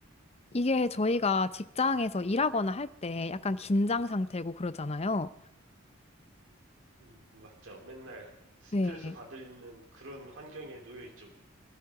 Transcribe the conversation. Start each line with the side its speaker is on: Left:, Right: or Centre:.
Left: 이게 저희가 직장에서 일하거나 할 때 약간 긴장 상태고 그러잖아요.
Right: 음, 맞죠 맨날 스트레스
Left: 네.
Right: 받는 그런 환경에 놓여 있죠 우리